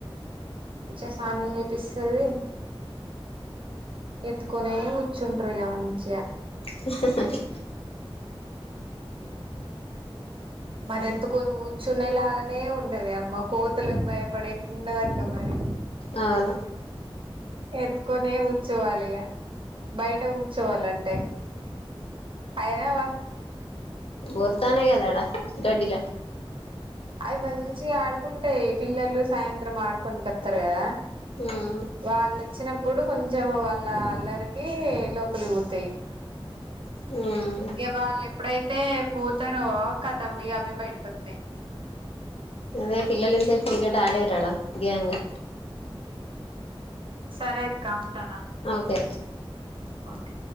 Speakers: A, on the right; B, on the left.
A: చ్చే స్నానం చేపిస్తది ఎత్తుకోనే కూర్చుంటారు ఇగ మంచిగా
B: హాహాహా
A: మరి ఎత్తుకోని కూర్చునే లాగా నే ఉండది అమ్మ కోతులకు భయపడే ఎట్లున్నదక్క మరి
B: అవును
A: ఎత్తుకొనే కూర్చోవాలి ఇగ బయట కూర్చోవాలంటే అయినావా
B: బొత్తనయి కదా ఆడ గడ్డిలా
A: అవి మంచిగా ఆడుకుంటాయి పిల్లలు సాయంత్రం ఆడుకొనికత్తారు కదా
B: హు
A: వాళ్ళు వచ్చినప్పుడు కొంచెం వాళ్ళ అల్లరికి లోపలికి పోతాయి
B: హ్ ఆ
A: ఇగ వాళ్ళేప్పుడైతే పోతరో కతం ఇగ అవ్వి బయటికోత్తయ్
B: అదే పిల్లలు ఇంతసేపు క్రికెట్ అడ్డీరూ ఆడ గ్యాంగు
A: సరే అక్క ఉంటానా
B: ఓకే
A: ఓకే